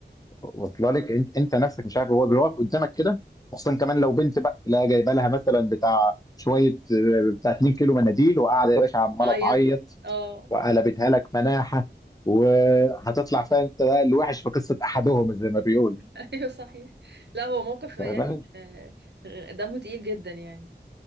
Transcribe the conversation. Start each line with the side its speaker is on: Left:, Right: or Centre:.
Left: واصله لك انت, انت نفسك مش عارف هو بيقف قدامك كده خصوصا كمان لو بنت بقى تلاقي جايبه لها مثلا بتاع شويه آه، بتاع 2 كيلو مناديل وقاعده يا باشا عماله
Right: اعيط
Left: تعيط
Right: اه
Left: وقلبتها لك مناحة وهتطلع فيها انت بقى الوحش في قصة احدهم زي ما بيقولوا
Right: <laughs> ايوه صحيح لا هو موقف يعني
Left: فاهماني؟
Right: آه، دمه تقيل جدا يعني